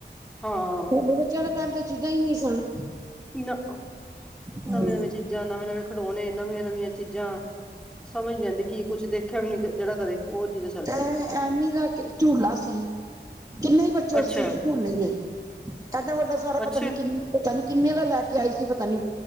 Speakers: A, in the centre; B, on the right (about 20°).
A: ਹਾਂ।
B: ਸਾਡੇ ਬੱਚਿਆਂ ਦੇ ਟਾਈਮ ਤੇ ਇਹ ਚੀਜ਼ਾਂ ਈ ਨਹੀ ਸਨ।
A: ਨਾ,
B: ਹੂੰ
A: ਨਵੇ- ਨਵੇ ਚੀਜ਼ਾਂ, ਨਵੇਂ -ਨਵੇਂ ਖਿਡੋਣੇ, ਨਵੀਆਂ- ਨਵੀਆਂ ਚੀਜ਼ਾਂ। ਸਮਝ ਨੀ ਆਂਉਦੀ ਕਿ ਕੁਛ ਦੇਖਿਆ ਵੀ ਨੀ ਜਿਹੜਾ ਕਦੇ ਓਹ ਚੀਜ਼ ਸਨ।
B: ਐ ਐਮੀ ਦਾ ਝੂਲਾ ਸੀ, ਕਿੰਨੇ ਈ ਬੱਚੇ ਚੇ ਓਸ
A: ਅੱਛਾ,
B: ਚ ਝੂਲੇ ਨੇ। ਐਡਾ ਵੱਡਾ ਸਾਰਾ ਪਤਾ
A: ਅੱਛਾ,
B: ਨੀ ਕਿ ਪਤਾ ਨੀ ਕਿੰਨੇ ਦਾ ਲੈ ਕੇ ਆਈ ਸੀ ਪਤਾ ਨੀ।